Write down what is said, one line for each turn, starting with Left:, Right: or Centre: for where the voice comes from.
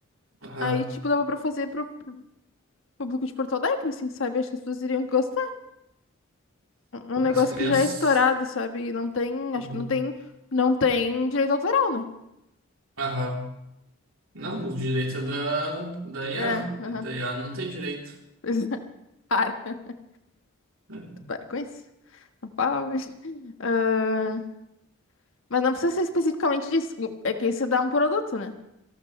Right: Aham.
Left: Aí, tipo, dava pra fazer pro, pro público de Porto Alegre, assim, sabe? Acho que as pessoas iriam gostar. É um negócio
Right: As crianças?
Left: que já é estourado, sabe? E não tem, acho
Right: Uhum.
Left: que não tem, não tem direito autoral, né?
Right: Aham. Não, o direito é da, da IA.
Left: É, aham.
Right: E Da
Left: <laughs>
Right: IA não tem direito.
Left: Pois é. Para. <laughs>
Right: É.
Left: Para com isso. Não fala, mas... Ah, mas não precisa ser especificamente disso. O- É que isso dá um produto, né?